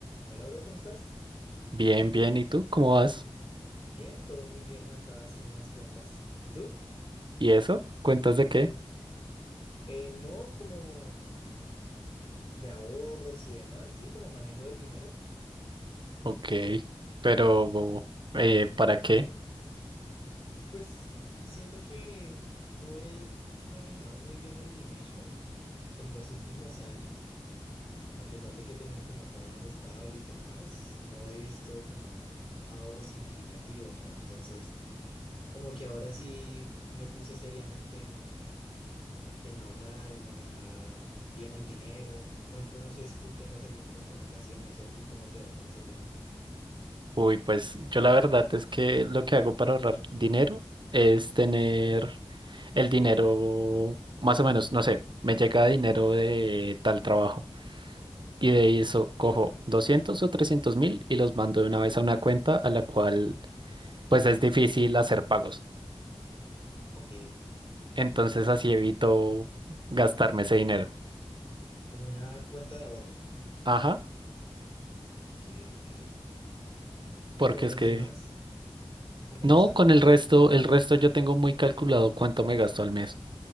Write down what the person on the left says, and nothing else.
Hola, bro, ¿cómo estás?
Bien, todo muy bien acá haciendo unas cuentas. ¿Y tú?
Eh, no como de ahorros y demás, ¿sí? Como manejo del dinero.
Pues siento que no he manejado muy bien el dinero <laughs> en los últimos años, a pesar de que he tenido como un trabajo estable y demás, no he visto como un ahorro significativo, ¿no? Entonces, como que ahora sí me puse seriamente en ahorrar, en manejar bien el dinero. Por ejemplo, no sé si tú tengas alguna recomendación, no sé a ti cómo te va con ese tema.
Ok,
como una cuenta de ahorro.
Ok, ok. Y
con
los
demás, como,
o sea,